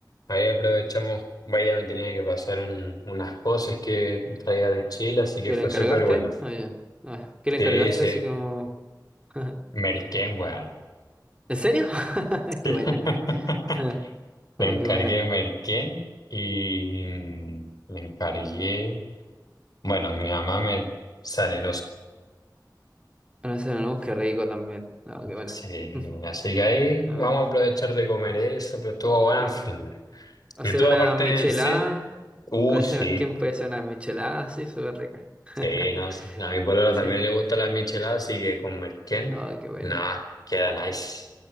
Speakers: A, on the left; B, on the right.
A: ahí aprovechamos, vaya, me tenía que pasar un- unas cosas que traía de Chile, así que
B: ¿Que
A: fue
B: le encargaste?
A: súper bueno.
B: Ah, ya. Ah, ¿que
A: Sí,
B: le encargaste
A: sí,
B: así como... <laughs>
A: merquén, weón.
B: ¿En serio? <laughs>
A: <laughs>
B: Qué buena. <laughs>
A: Le
B: Oh,
A: encargué
B: qué buena.
A: merquén y mm, le encargué, bueno, mi mamá me sale,
B: Una no qué rico también. No, qué buena.
A: Sí,
B: <laughs>
A: así que ahí vamos
B: Ah,
A: a aprovechar de comer eso, pero estuvo bueno
B: sí.
A: al fin. de.
B: Hacer
A: ¿Y tú
B: una
A: aparte
B: michelada.
A: del cine? Uh,
B: Con ese
A: sí,
B: merquén puede hacer una michelada así, súper rica. <laughs>
A: sí, no, sí. A mi pololo
B: Sí.
A: también le gusta la michelada, así que con merquén,
B: Oh, qué buena.
A: nada, queda nice.